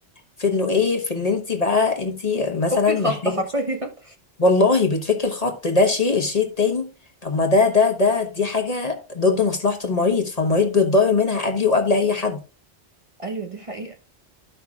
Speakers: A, on the left; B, on the right.
A: في انه ايه في ان انت بقى انت مثلا
B: فك الخط
A: محتاجه
B: حرفيا
A: والله بتفك الخط ده شيء الشيء التاني طب ما ده ده ده دي حاجه ضد مصلحه المريض فالمريض بيتضرر منها قبلي وقبل اي حد
B: <laughs> ايوه دي حقيقه